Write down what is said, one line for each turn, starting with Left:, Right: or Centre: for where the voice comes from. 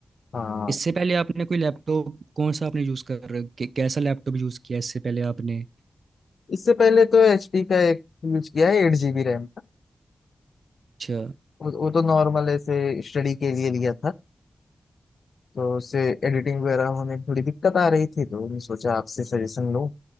Left: हाँ
Right: इससे पहले आपने कोई लैपटॉप कौन सा आपने यूज़ कर कै- कैसा लैपटॉप यूज़ किया इससे पहले आपने
Left: इससे पहले तो एचपी का एक यूज किया है एट जीबी रैम
Right: अच्छा
Left: वो, वो तो नॉर्मल ऐसे स्टडी के लिए लिया था तो उससे एडिटिंग वगैरह होने में थोड़ी दिक्कत आ रही थी तो मैंने सोचा आपसे सजेशन लूं